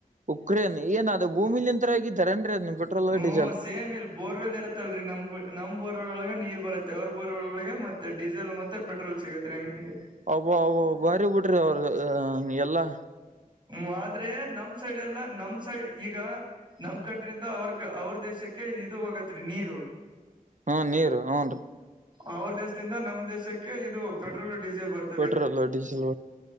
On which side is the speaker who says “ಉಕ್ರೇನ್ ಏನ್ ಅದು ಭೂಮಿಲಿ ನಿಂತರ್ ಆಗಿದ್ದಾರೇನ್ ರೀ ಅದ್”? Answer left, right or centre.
Right